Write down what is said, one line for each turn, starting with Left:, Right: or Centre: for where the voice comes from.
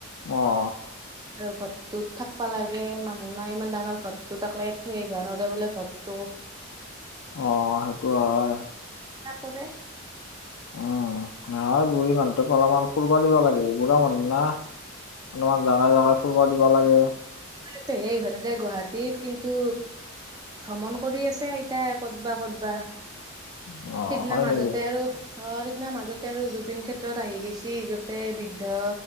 Left: অ
Right: <inaudible> তত থাকবা লাগে মানুহ নাই ইমান ডাঙৰ ঘৰটোত একলাই থৈ আহিব নোৱাৰে বোলে ঘৰটো
Left: অ সেইটো হয়
Right: পৰে
Left: উম ন বুঢ়ী মানুহটোক অলপমান ফুৰিব দিব লাগে বুঢ়া মানুহ না অলপমান জেগাই জেগাই ফুৰিব দিব লাগে
Right: ইয়াতে হে আহিব নিদিয়ে গুৱাহাটীত কিন্তু ভ্ৰমণ কৰি আছে আইতাই ক'তবা ক'তবা
Left: অ
Right: সিদিনা
Left: হয়
Right: মাজতে
Left: নেকি
Right: আৰু অ সি- -দিনা মাজতে আৰু জুবিন ক্ষেত্ৰত আহি গৈছে গোটেই বৃদ্ধ